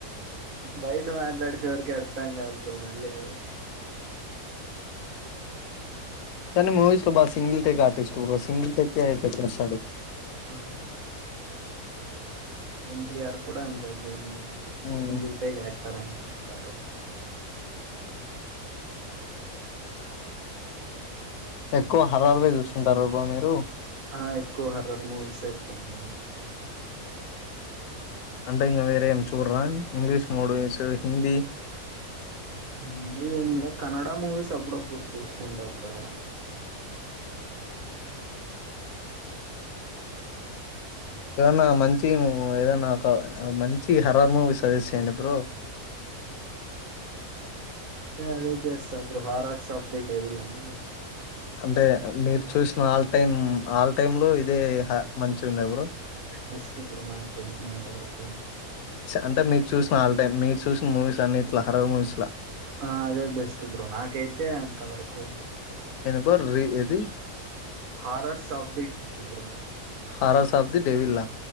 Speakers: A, on the right; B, on the left.
A: బయట మాట్లాడితె ఎవరికి అర్ అర్థం కాదూ బ్రో మల్ లెదే
B: తను మూవీస్ లో బా single take artist bro single take ఏ ఐపోస్తాడు
A: ఆ వ ఎంటియారు కూడా అంతె బ్రో నీ
B: ఉమ్.
A: సింగిల్ టేక్ యాక్టర్ అండి కరు
B: ఎక్కువ హరారువే చూస్తుంటారు అ మీరు
A: ఆ ఎక్కువ హర్రర్ మూవీస్ అతుంది
B: అంట ఇంకా వేరే ఏం చూడరా ఇంగ్లీష్ మోడు ఇం సొ హిందీ
A: రండ్లి ఏండక్ కన్నడ మూవీస్ అపుడపుడు చూస్తుంట బ్రో
B: ఏదన్నా మంచి ఏదన్నా ఒక మంచి హరార్ మూవీ సజెస్ట్ చేయ్యండి బ్రో
A: అదే చేస్తా బ్రో హారర్స్ ఆఫ్ ది డేవిలని
B: అంటే మీరు చూసిన ఆల్ టైమ్ ఆల్ టైమ్ లో ఇదే మంచిగా ఉందా బ్రో
A: బెస్ట్ బ్రో నా తెన్సినంత వరకు కు
B: అంటే మీరు చూసిన ఆల్ టైమ్ మీరు చూసిన మూవీస్ అన్నిట్లా హరర్ మూవీస్లా
A: ఆ అదే బెస్ట్ ఇ బ్రో నాకైతే అంత వరకు
B: బరి ఇది
A: horrors of the bro
B: horror of the డేవిల